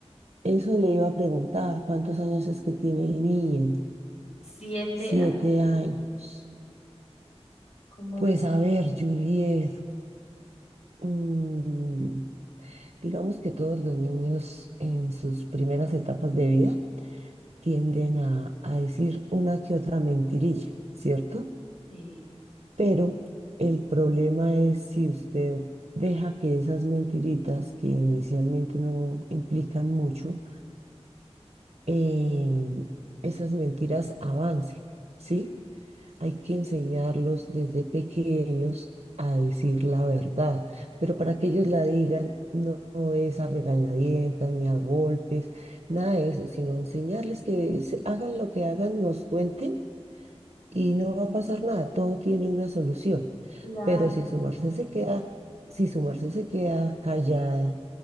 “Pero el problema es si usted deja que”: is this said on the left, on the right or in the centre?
Right